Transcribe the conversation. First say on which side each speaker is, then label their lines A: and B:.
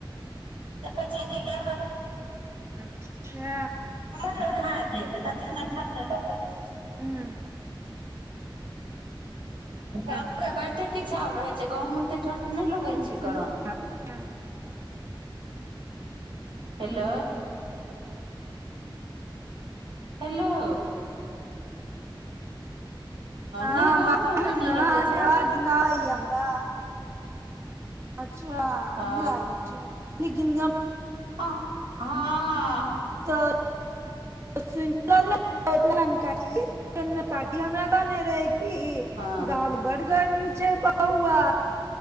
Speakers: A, on the right; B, on the right.
A: देखै छी जे
B: अच्छा
A: बढ़ा दे तख ने बाद <unintelligible>
B: हँ
A: काम
B: हँ
A: क बाते किछु आओर रहै छै गाव मे एतेक ठंडा नहि लगै छै
B: <unintelligible>
A: गरम हेलो हेलौ
B: हँ
A: नहि गाँवमे
B: बाज
A: ओते नहि
B: ने अहाँके
A: लगै छै
B: अबाज नैया हमरा अच्छा
A: हँ
B: नहि लागै छै लेकिन
A: ह हँ
B: तर ब च <unintelligible> फोन कयला न काटली च काकी हमरा कह नहि रहै की
A: हँ
B: गाँंव मे बड़ गर्मी छै बौआ